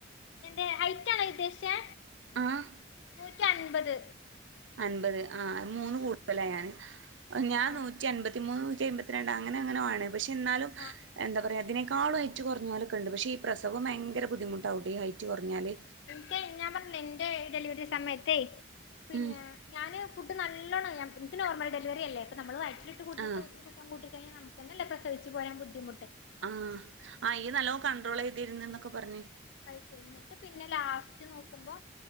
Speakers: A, on the left; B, on the right.
A: എന്റെ ഹൈറ്റ് ആണോ ഉദ്ദേശിച്ചേ
B: ആഹ്
A: നൂറ്റി അൻപത്
B: അൻപത് ആ മൂന്ന് കൂടുതലാ ഞാന് ഞാൻ
A: ആഹ്
B: നൂറ്റി അൻപത്തി നൂറ്റിമൂന്ന് നൂറ്റി എമ്പത്തിരണ്ട് അങ്ങനെ അങ്ങനോ ആണ് പക്ഷെ എന്നാലും
A: ആഹ്
B: എന്താ പറയാ ഇതിനെകാ കാളും ഹൈറ്റ് കുറഞ്ഞോല്ലൊക്കെണ്ട് പക്ഷേ ഈ പ്രസവം ഭയങ്കര ബുദ്ധിമുട്ടാവും ട്ടോ ഈ ഹൈറ്റ് കുറഞ്ഞാല്
A: അതെ ഞാൻ പറഞ്ഞില്ലേ എന്റെ ഡെലിവറി സമയത്തേ പിന്നെ-
B: ഉം
A: ഞാന് ഫുഡ് നല്ലോണം എനിക്ക് നോർമൽ ഡെലിവറിയല്ലേ ഇപ്പൊ നമ്മള് വയറ്റിലിട്ട് ഫുഡ്‌-
B: ആഹ്
A: തൂക്കം കൂട്ടിക്കഴിഞ്ഞാ നമുക്ക് തന്നെല്ലേ പ്രസവിച്ചു പോരാൻ ബുദ്ധിമുട്ട് അല്ലേ
B: ആഹ നീ നല്ലോണം കൺണ്ട്രോൾ ചെയ്തിരുന്നു എന്നൊക്കെ പറഞ്ഞു
A: കഴിച്ചിട്ട് പിന്നെ ലാസ്റ്റ് നോക്കുമ്പോ